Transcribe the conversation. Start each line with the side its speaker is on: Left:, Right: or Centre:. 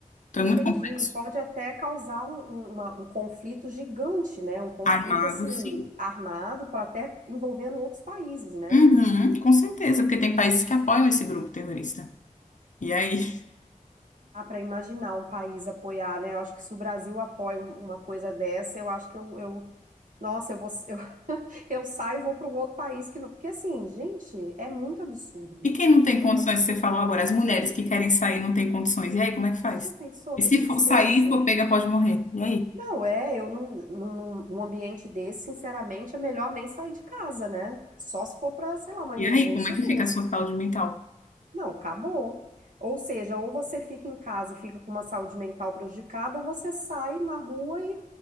Left: Então
Right: entendi.
Left: é muito complexo.
Right: E pode até causar um, um- uma- um conflito gigante, né? Um conflito
Left: Armado,
Right: assim
Left: sim.
Right: armado para até envolvendo outros países, né?
Left: Uhum, com certeza, porque tem países que apoiam esse grupo terrorista. E aí?
Right: Ah, para imaginar um país apoiar, né? Eu acho que se o Brasil apoia um- uma coisa dessa, eu acho que eu, eu Nossa, eu vou, eu, <laughs> eu saio e vou para um outro país que não. Porque assim, gente, é muito absurdo.
Left: E quem não tem
Right: Não-
Left: condições, que você falou agora, as mulheres que querem sair não têm condições. E aí, como é que faz?
Right: Você já pensou
Left: E
Right: que
Left: se
Right: tristeza?
Left: for sair, e for pega, pode morrer. E aí?
Right: Não, é, eu não, num, num num ambiente desse, sinceramente, é melhor nem sair de casa, né? Só se for para, sei lá, uma
Left: E
Right: emergência
Left: aí, como é que
Right: mesmo.
Left: fica a sua saúde mental?
Right: Não, acabou. Ou seja, ou você fica em casa e fica com uma saúde mental prejudicada, ou você sai na rua e